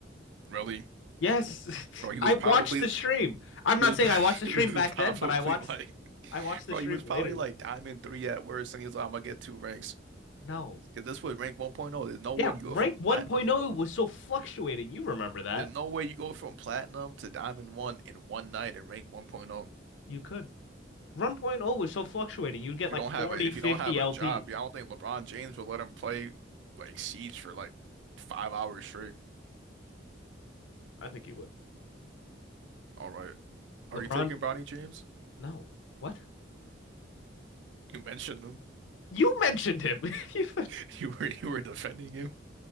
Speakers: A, on the right; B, on the left.
A: Really?
B: Yes. <laughs>
A: Bro, he
B: I
A: was
B: watched
A: probably
B: the stream. I'm
A: he
B: not
A: was,
B: saying I watched
A: <laughs>
B: the
A: he
B: stream
A: was
B: back
A: probably
B: then, but I watched
A: like
B: I watched the
A: bro,
B: stream
A: he was probably
B: later.
A: like diamond three at worst and he was like, I'm gonna get two ranks.
B: No.
A: Because this was rank 1.0. There's no way
B: Yeah,
A: you go
B: rank
A: from
B: 1.0
A: platinum.
B: was so fluctuating. You remember that.
A: There's no way you go from platinum to diamond one in one night in rank 1.0.
B: You could. 1.0 was so fluctuating. You'd get
A: If you
B: like
A: don't
B: forty,
A: have a if
B: fifty
A: you don't have
B: 50
A: a
B: LP.
A: job, yeah, I don't think LeBron James will let him play like Siege for like five hours straight.
B: I think you would.
A: All right. Are
B: LeBron,
A: you taking Bronny James?
B: no. What?
A: You mentioned him.
B: You mentioned him. <laughs> You-
A: <laughs> You were you were defending him.